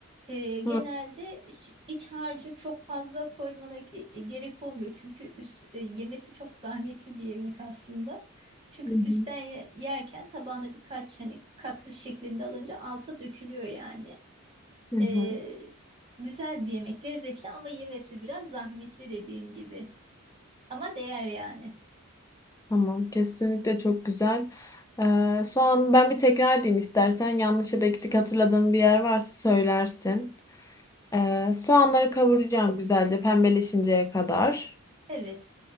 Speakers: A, on the right; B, on the left.
A: Ee, genelde
B: Hı
A: iç, iç harcı çok fazla koymana ge- e, gerek olmuyor. Çünkü üst, e, yemesi çok zahmetli bir yemek aslında. Çünkü
B: hı.
A: üstten ye- yerken tabağına birkaç hani katlı şeklinde alınca alta dökülüyor yani.
B: Hı
A: Ee,
B: hı.
A: güzel bir yemek, lezzetli ama yemesi biraz zahmetli dediğim gibi. Ama değer yani.
B: Tamam, kesinlikle çok güzel. Ee, soğan ben bir tekrar diyeyim istersen yanlış ya da eksik hatırladığım bir yer varsa söylersin. Ee, soğanları kavuracağım güzelce pembeleşinceye kadar.
A: Evet,